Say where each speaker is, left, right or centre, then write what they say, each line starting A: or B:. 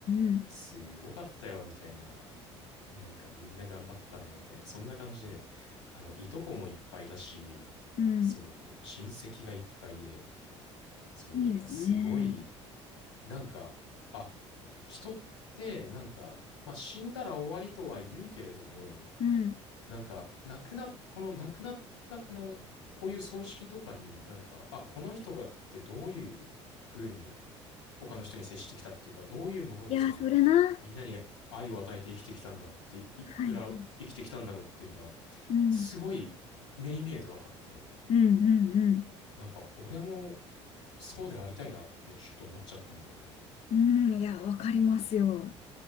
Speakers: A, on the left (about 45°); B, on the left (about 80°).
A: うん
B: すごかったよ、みたいな、なんかみんな頑張ったね、みたいな、そんな感じで、あの、いとこもいっぱいだし、
A: うん。
B: そう、親戚がいっぱいで、そう、
A: うん。
B: だからすごい、
A: いいですね。
B: なんか、あ、人って、なんか、まあ、死んだら終わりとは言うけれども、
A: うん。
B: なんか、亡くな、この亡くなったこの、こういう葬式とかになんか、あ、この人がってどういうふうに他の人に接してきたっていうか、どういうものをその、
A: いやー、それな。
B: みんなに愛を与えて生きてきたんだって、い、
A: はい。
B: ら生きてきたんだろうっていうのが、
A: うん。
B: すごい目に見えて分かって、
A: うんうんうん。
B: なんか、俺もそうでありたいなってちょっと思っちゃったんだよね。
A: うん。いや、わかりますよ。